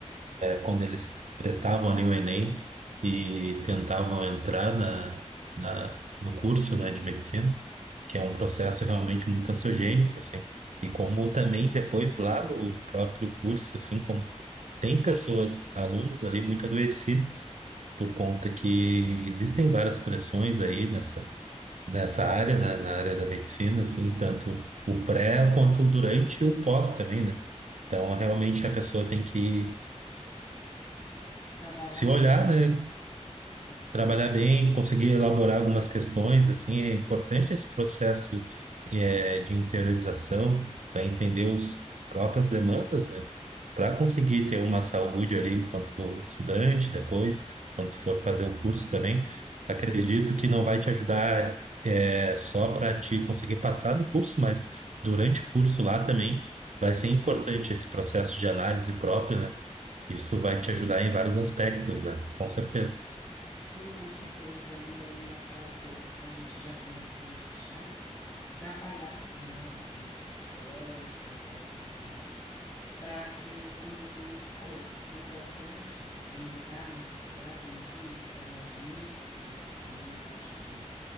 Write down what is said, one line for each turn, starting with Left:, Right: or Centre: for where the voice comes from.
Right: quando eles prestavam ali o Enem e tentavam entrar na, na, no curso, né, de medicina, que é um processo realmente muito ansiogênico, assim. E como também depois lá no próprio curso, assim, como tem pessoas, alunos ali muito adoecidos por conta que existem várias pressões aí nessa, nessa área, né, na área da medicina, assim, tanto o pré quanto o durante e o pós também, né? Então, realmente a pessoa tem que
Left: Trabalhar
Right: se olhar,
Left: bem, né?
Right: né,
Left: O Psicológico.
Right: trabalhar bem, conseguir elaborar algumas questões, assim, é importante esse processo eh, de interiorização para entender os próprias demandas, né, para conseguir ter uma saúde ali enquanto estudante, depois, quando for fazer o curso também, acredito que não vai te ajudar eh, só para te conseguir passar no curso, mas durante o curso lá também vai ser importante esse processo de análise própria, né? Isso vai te ajudar em vários aspectos, velho. Com certeza.
Left: Sim, com certeza. E aí, é aquela coisa, a gente já começa desde já trabalhar, né? O, o psicológico, a saúde mental. para que, como você mesmo falou, o processo de entrar na faculdade em si, ele é bem difícil, bem exaustivo